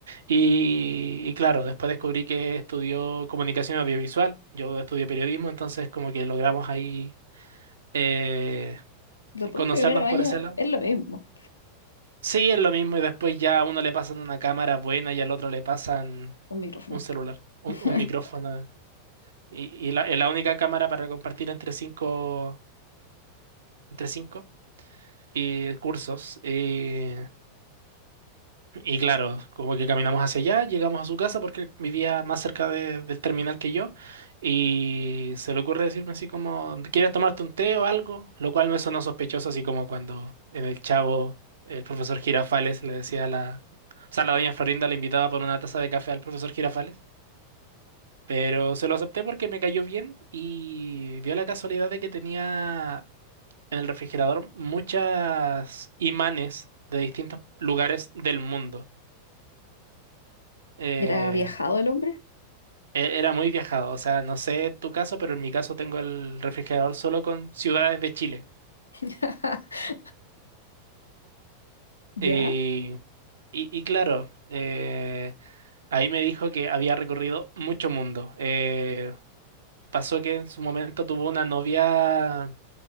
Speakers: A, on the right (about 65°); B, on the left (about 80°).
A: y claro, después descubrí que estudió comunicación audiovisual, yo estudié periodismo, entonces como que logramos ahí eh,
B: Los dos
A: conocernos
B: primeros años
A: por ese lado.
B: es lo mismo,
A: Sí, es lo mismo, y después ya a uno le pasan una cámara buena y al otro le pasan
B: un micrófono.
A: un celular, un,
B: <laughs>
A: un micrófono. Y, y la, es la única cámara para compartir entre cinco, entre cinco y cursos. eh, y claro, como que caminamos hacia allá, llegamos a su casa porque él vivía más cerca de- del terminal que yo. Y se le ocurre decirme así como, ¿quieres tomarte un té o algo? Lo cual me sonó sospechoso, así como cuando en el Chavo el profesor Girafales le decía a la... O sea, la doña Florinda le invitaba por una taza de café al profesor Girafales. Pero se lo acepté porque me cayó bien y dio la casualidad de que tenía en el refrigerador muchas imanes de distintos lugares del mundo. Eh,
B: ¿Era viajado el hombre?
A: e- era muy viajado, o sea, no sé tu caso, pero en mi caso tengo el refrigerador solo con ciudades de Chile.
B: <laughs>
A: Y,
B: Ya.
A: y- y claro, eh, ahí me dijo que había recorrido mucho mundo. Eh, pasó que en su momento tuvo una novia,